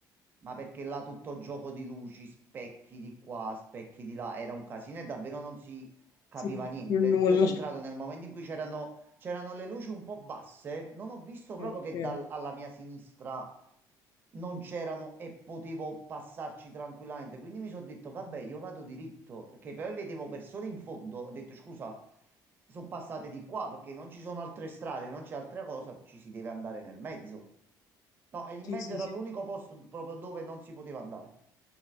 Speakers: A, on the right; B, on the left.
A: Ma perché là tutto gioco di luci, specchi di qua, specchi di là, era un casino e davvero non si capiva
B: Sì,
A: niente.
B: più nulla.
A: Io sono entrato nel momento in cui c'erano c'erano le luci un po' basse, non ho visto
B: Eh,
A: proprio che
B: eh,
A: dal- alla mia sinistra non c'erano e potevo passarci tranquillamente. Quindi mi sono detto, vabbè, io vado diritto, che poi vedevo persone in fondo, ho detto, scusa, sono passate di qua perché non ci sono altre strade, non c'è altra cosa, ci si deve andare nel mezzo. No, e in
B: Sì,
A: mezzo
B: sì,
A: era
B: sì.
A: l'unico posto proprio dove non si poteva andare.